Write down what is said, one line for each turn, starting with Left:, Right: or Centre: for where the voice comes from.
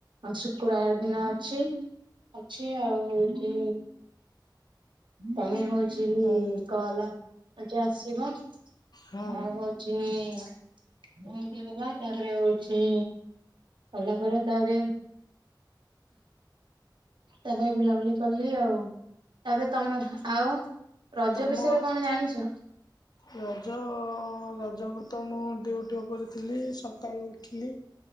Right: ଶୁକ୍ରବାର ଦିନ ଅଛି ଅଛି ଆଉ ହଉଛି ତମେ ହଉଚି
Left: ହୁଁ
Right: କଲ ଆଜି ଆସିବ
Left: ହଁ
Right: ଆଉ ହଉଛି ଏମିତ କଥା ତାପରେ ହଉଛି ସରିଲା ପରେ ତାପରେ ତାପରେ ବୁଲାବୁଲି କଲି ଆଉ ତାପରେ ତମେ ଆଉ ରଜ
Left: ତମ
Right: ବିଷୟରେ କଣ ଜାଣିଛ
Left: ରଜ ରଜକୁ ତ ମୁଁ ଡିଉଟି ଉପରେ ଥିଲି ସକାଳୁ ଉଠିଲି